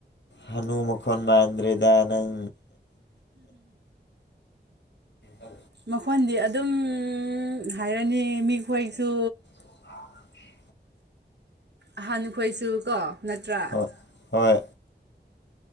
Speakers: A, on the left (about 75°); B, on the right (about 65°).
A: ꯍꯥꯅꯨ ꯃꯈꯣꯟ ꯃꯥꯟꯗ꯭ꯔꯦꯗ ꯅꯪ ꯑ
B: ꯃꯈꯣꯟꯗꯤ ꯑꯗꯨꯝ ꯍꯥꯏꯔꯅꯤ ꯃꯤꯈꯣꯏꯁꯨ
A: ꯑꯥ
B: ꯑꯍꯥꯟꯈꯣꯏꯁꯨ ꯀꯣ ꯅꯠꯇ꯭ꯔꯥ
A: ꯍꯣꯏ ꯍꯣꯏ